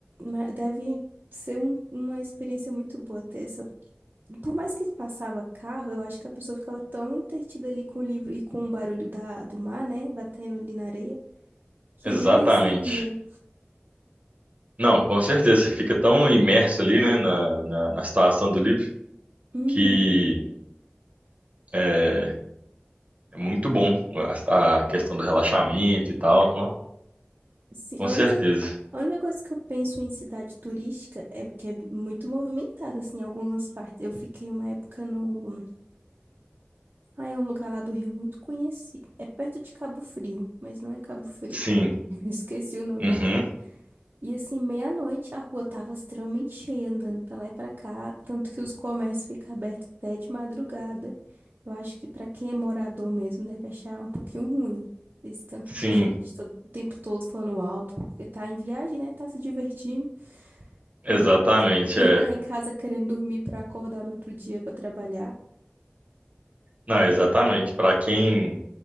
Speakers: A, on the right; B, on the right.
A: ma- deve ser um- uma experiência muito boa ter essa. Por mais que passava carro, eu acho que a pessoa ficava tão entretida ali com o livro e com o barulho da, do mar, né? Batendo ali na areia, que
B: Exatamente.
A: nem percebia.
B: Não, com certeza, você fica tão imerso ali, né, na, na, na situação do livro,
A: Uhum.
B: que é, é muito bom a, a questão do relaxamento e tal, não?
A: Sim,
B: Com
A: a
B: certeza.
A: única, a única coisa que eu penso em cidade turística é que é muito movimentada, assim, em algumas partes. Eu fiquei uma época no. Ah, é um lugar lá do Rio muito conhecido. É perto de Cabo Frio, mas não é Cabo Frio.
B: Sim,
A: <laughs> Esqueci o nome
B: uhum,
A: agora. E assim, meia-noite a rua tava extremamente cheia, andando pra lá e pra cá, tanto que os comércios ficam abertos até de madrugada. Eu acho que pra quem é morador mesmo deve achar um pouquinho ruim esse tanto
B: sim,
A: de gente todo- o tempo todo falando alto, porque tá em viagem, né? Tá se divertindo.
B: exatamente,
A: E quem
B: é.
A: tá em casa querendo dormir pra acordar no outro dia pra trabalhar.
B: Não, exatamente, para quem